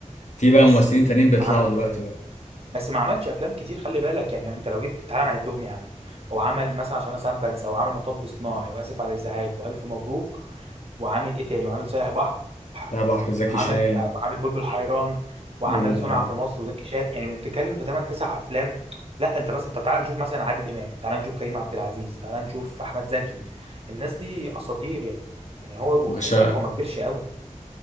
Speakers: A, on the left; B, on the right.
A: في بقى
B: بس
A: ممثلين تانيين بيطلعوا
B: ما عمل
A: دلوقتي بقى
B: بس ما عملش افلام كتير خلي بالك يعني انت لو جيت تعالى نعدهم يا عم هو عمل مثلا عشان انا ساعات بنسى هو عمل مطب صناعي واسف على الازعاج والف مبروك وعامل ايه تاني وعامل سايح بحر
A: بتاع بحر زكي
B: وعمل
A: شان
B: بقى- وعامل بلبل حيران وعمل
A: بلبل
B: صنع
A: حيران
B: في مصر وزكي شان يعني بتتكلم في 8 9 افلام لا انت مثلا طب تعالى نشوف مثلا عادل امام تعالى نشوف كريم عبد العزيز تعالى نشوف احمد زكي الناس دي اساطير يعني يعني هو
A: باشا
B: وخلي بالك هو ما كبرش قوي